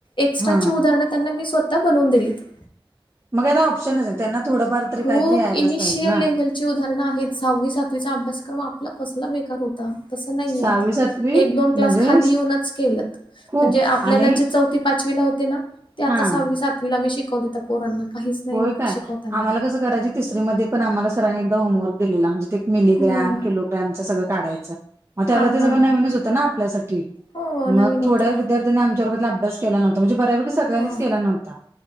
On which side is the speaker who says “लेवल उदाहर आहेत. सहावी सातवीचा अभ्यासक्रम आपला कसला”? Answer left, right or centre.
Left